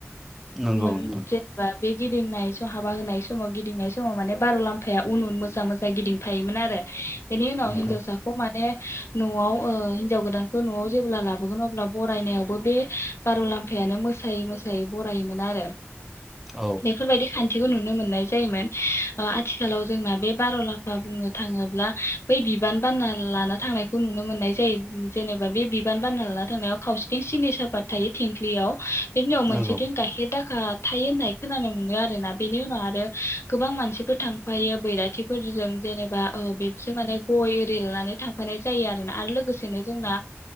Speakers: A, in the centre; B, on the left.
A: नंगौ
B: मोन
A: नोंथां
B: <unintelligible> बे गिदिंनाय सम हाबा होनाय समाव गिदिंनाय समाव माने बार' लाम्फाया उन उन मोजां मोजां गिदिंफायोमोन आरो बेनि उनाव
A: नंगौ
B: हिन्जाव साखौ <unintelligible> न'आव ओ हिनजाव गोदानखौ न'आव जेब्ला लाबोगोन अब्ला बरायनायावबो बे बार' लाम्फायानो मोसायै मोसायै बरायोमोन आरो
A: औ
B: बेफोरबायदि खान्थि <unintelligible> नुनो मोननाय जायोमोन आथिखालाव जोंना बे बार' लाफा बुंनो थाङोब्ला बै बिबान बाना लाना थांनायखौ नुनो मोननाय जायो जेनेबा बे बिबान बाना लाना थांनायाव खावसेथिं सिनि साफात थायो थिंख्लियाव <unintelligible> मोनसे
A: नंगौ
B: गाइखेर दाखा थायो होननाय खोनानो मोनो आरोोना बेनि उनाव आरो गोबां मानसिफोर थांफायो बैराथिफोरजों जेनेबा <unintelligible> बेसो माने गय एरि लानानै थां थांफानाय जायो आरोना आरो लोगोसेनो ओ जोंना